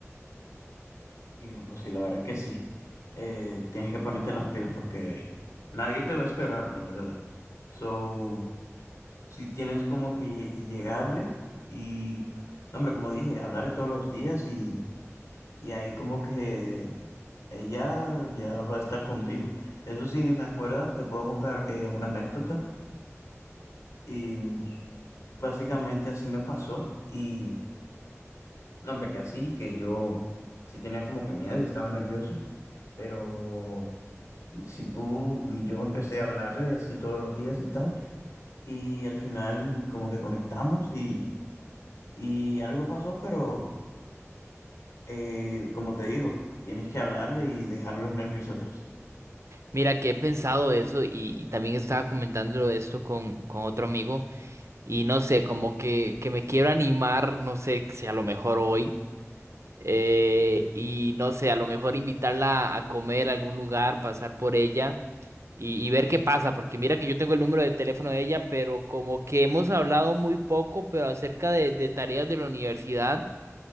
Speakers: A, on the left (about 80°); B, on the right (about 65°).
A: Y no, pues sí, la verdad que sí. Eh, tienes que ponerte las pilas porque nadie te va a esperar, la verdad. So, si tienes como que lle- llegarle y, no, hombre, como dije, hablar todos los días y, y ahí como que ella ya va a estar contigo. Eso sí, me acuerda, te puedo contar eh, una anécdota y mm, básicamente así me pasó y, no, hombre, que así, que yo sí tenía como que miedo y estaba nervioso, pero si tú, yo empecé a hablarle así todos los días y tal y al final como que conectamos y, y algo pasó, pero... Eh, como te digo, tienes que hablarle y dejar los nervios atrás.
B: Mira, que he pensado de eso y, y también estaba comentándolo de esto con, con otro amigo y no sé, como que, que me quiero animar, no sé, si a lo mejor hoy eh, y no sé, a lo mejor invitarla a comer a algún lugar, pasar por ella y, y ver qué pasa, porque mira que yo tengo el número de teléfono de ella, pero como que hemos hablado muy poco, pero acerca de, de tareas de la universidad.